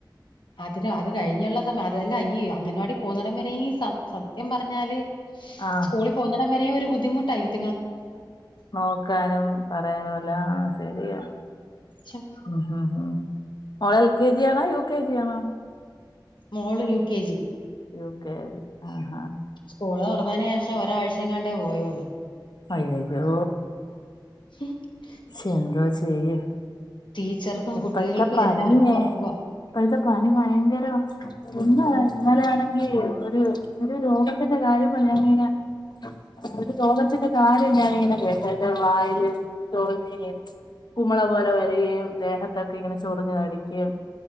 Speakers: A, on the left; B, on the left.
A: അതിര <unintelligible> അത് കഴിഞ്ഞുള്ള സമയം അതല്ല ഈ അംഗൻവാടി പോകുന്നടം വരെയീസ <unintelligible> സത്യം പറഞ്ഞാല്
B: ആഹ്
A: സ്കൂളിൽ പോകുന്നിടം വരെയെ ഒരു ബുദ്ധിമുട്ടായിന്നു <unintelligible>
B: നോക്കാനും പറയാനും എല്ലാം ശരിയാ.
A: ശ്ശോ,
B: ഹ ഹ ഹാ ഓള് എൽ കെ ജി ആണ? യൂ കെ ജി ആണ?
A: മോള് യു കെ ജി.
B: ഓക്കെ ആ.
A: സ്കൂള് തുറന്നതിന് ശേഷം ഒരാഴ്ചങ്ങണ്ടേ പോയൊള്ളു.
B: അയ്യയ്യോ.
A: ഹും. <unintelligible>
B: ശെന്തോ ചെയ്യും.
A: ടീച്ചർക്കും
B: ഇപ്പോഴത്തെ
A: കുട്ടികൾക്കും
B: പനിയേ
A: എല്ലാർക്കും അസുഖ.
B: ഇപ്പോഴത്തെ പനി ഭയങ്കരന്ന് <inaudible> ഇന്നലെയാണെങ്കിൽ ഒരു <inaudible> ഒരു രോഗത്തിന്റെ കാര്യ പറഞ്ഞങ്ങനെ <unintelligible> <inaudible> അത് രോഗത്തിന്റെ കാര്യം ഞാനിങ്ങനെ കേട്ടത് വായില് <inaudible> <unintelligible> <inaudible> കുമള പോലെ വരികയും ദേഹത്തൊക്കെ ഇങ്ങനെ ചൊറിഞ്ഞ് തടിക്കുകയും